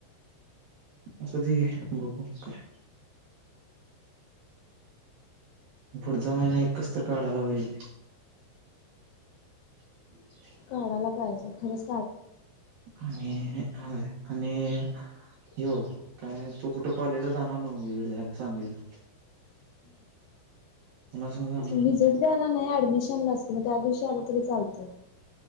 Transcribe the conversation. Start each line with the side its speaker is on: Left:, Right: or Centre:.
Right: असु दे घे बघू मग काय. पुढचा महिना एकच तर काढाला पाहिजे. <inaudible>
Left: काढायला पाहिजे. खरच
Right: आणि हा आणि हो काय तो कुठे कॉलेला जाणार नव्हं विजिट द्यायला सांगलीला. कुणासंग जाणार
Left: विजिट द्यायला नाही ऍडमिशनलाच की मग त्या दिवशी आल तरी चालतंय.